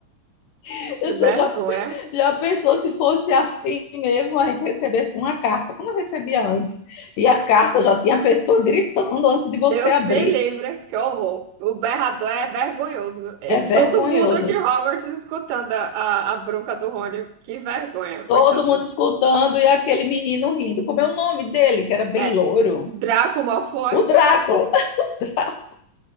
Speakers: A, on the left; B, on the right.
A: <laughs>
B: Que
A: Você
B: vergonha.
A: já, já pensou se fosse assim mesmo, a gente recebesse uma carta, como eu recebia antes, e a carta já tinha a pessoa gritando antes de você
B: Deus
A: abrir.
B: me livre, que horror. O berrador é vergonhoso. E
A: É
B: todo
A: vergonhoso.
B: mundo de Hogwarts escutando a, a, a bronca do Rony. Que vergonha, coitado.
A: Todo mundo escutando e aquele menino rindo. Como é o nome dele, que era bem
B: É,
A: louro?
B: Draco Malfoy.
A: O Drácula. <laughs>